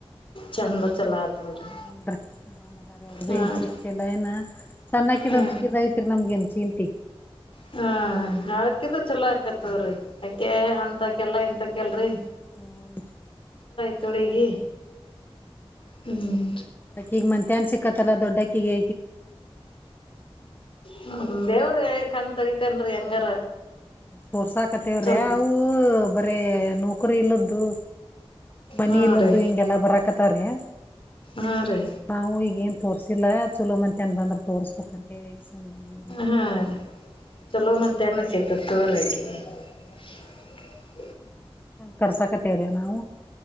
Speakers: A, on the left; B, on the left.
A: ಚಂದ ಚಲೋ ಆತ್ ಬಿಡ್ರಿ
B: ಹುನ್ರಿ. ಅವ್ರದ್ದು
A: ಹಾ
B: ಏನ್ ಚಿಂತೆ
A: ರೀ
B: ಇಲ್ಲ ಏನ ಸಣ್ಣಾಕಿದ
A: ಹಾ
B: ಬೇಕಿದ್ರ್ ಐತ್ರಿ ನಮ್ಗಿನ್ ಚಿಂತಿ.
A: ಹ್ಮ ಆಕಿದು ಚಲೋ ಆಕತ್ ತಗೋರಿ. ಅಕೆ ಅಂತಕೆಲ್ಲಾ ಇಂತ ಕೆಲ್ರಿ.
B: ಹ್ಮ್ ನ್ರಿ.
A: ಹುಡುಗಿ ಹ್ಮ್
B: ಅಕಿಗ್ ಮತ್ಯಾನ್ ಸಿಕ್ ಕ್ಕತಲ ದೊಡ್ಡಾಕಿಗೆ
A: ಹ್ಮ ದೇವ್ರ ಹೇಳಿ ಕಣ್ ತಗಿ ತ್ತಾನ್ರಿ ಹೆಂಗಾರ.
B: ತೋರ್ಸಾಕತೇವ್ರಿ
A: ಚಲ್
B: ಅವು ಬರೇ ನೌಕರಿ ಇಲ್ಲದ್ದು ಮನಿ
A: ಹಾ
B: ಇಲ್ಲದ್ದು
A: ರೀ
B: ಹಿಂಗೆಲ್ಲಾ ಬರಾಕತ್ತವ್ರೀ,
A: ಹಾ ರೀ
B: ನಾವು ಈಗೆ ತೋರ್ರಿಸಿಲ್ಲ ಚಲೋ ಮತ್ತೇನ್ ಬಂದ್ರ ತೋರ್ಸ್ಬೇಕಂತ ಹೇಳಿ ಸುಮ್ನಾಗ ಹೇಳಿ
A: ಹಾ ರೀ ಚಲೋ ಮಂತ್ಯಾನ <unintelligible> ಇ. <inaudible> ಹ.
B: ಕರ್ಸಕತೀವಿ. ಹು.